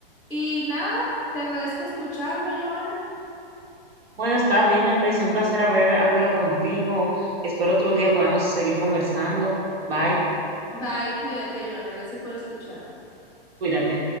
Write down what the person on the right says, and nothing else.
Bueno, está bien, ya, Jeffrey. Un placer haber hablado contigo. Espero otro día podamos seguir conversando. Bye.
Cuídate.